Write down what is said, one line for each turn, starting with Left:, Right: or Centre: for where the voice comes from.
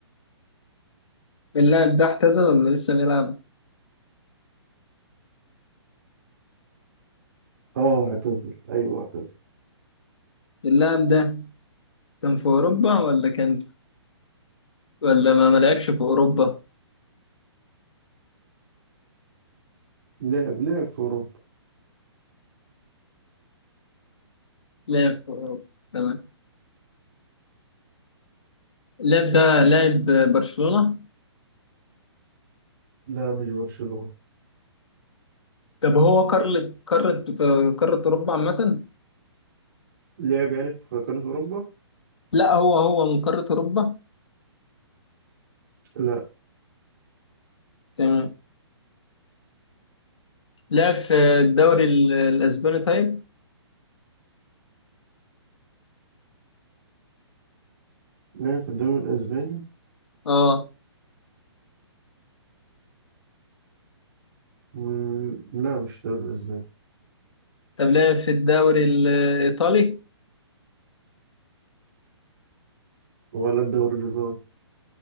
Left: اللاعب ده اعتزل ولا لسه بيلعب
Right: اه اعتزل ايوه اعتزل
Left: اللاعب ده كان في أوروبا ولا كان ولا ما ما لعبش في أوروبا
Right: لعب لعب في اوروبا
Left: لعب في أوروبا تمام اللاعب ده لاعب برشلونة
Right: لا مش برشلونة
Left: طب هو قارة قارة قارة أوروبا عامة
Right: لعب يعني في قارة اوروبا
Left: لا هو هو من قارة أوروبا
Right: لا
Left: تمام لعب في الدوري ال- الأسباني طيب
Right: لعب في الدوري الاسباني
Left: اه
Right: مم، لا مش الدوري الاسباني
Left: طب لعب في الدوري الإيطالي
Right: ولا الدوري الياباني